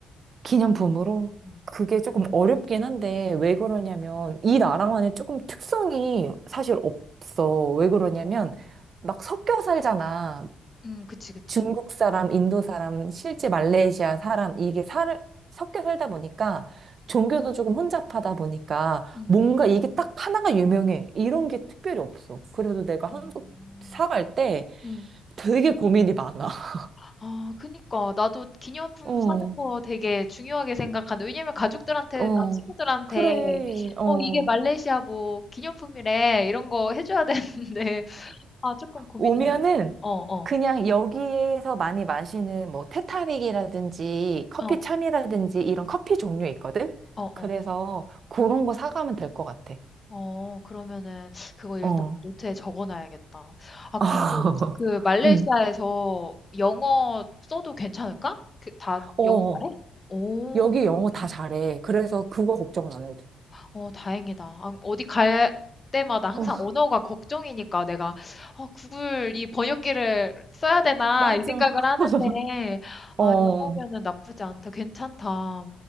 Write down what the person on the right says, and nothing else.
기념품으로
그게 조금 어렵긴 한데 왜 그러냐면 이 나라만의 조금 특성이 사실 없어. 왜 그러냐면
막 섞여 살잖아.
중국 사람, 인도 사람, 실제 말레이시아 사람, 이게 살, 섞여 살다 보니까 종교도 조금 혼잡하다 보니까
뭔가 이게 딱 하나가 유명해. 이런 게 특별히 없어. 그래도 내가 한국
사갈 때
되게 고민이 많아. <laughs>
어,
어,
그래, 어.
오면은
그냥 여기에서 많이 마시는 뭐 테타릭이라든지 커피
참이라든지 이런 커피 종류 있거든?
그래서
그런 거 사가면 될 것 같아.
어.
아,
<laughs>
응.
어,
여기 영어 다
잘해. 그래서 그거 걱정은 안 해도 돼.
어,
맞아.
<laughs> 어,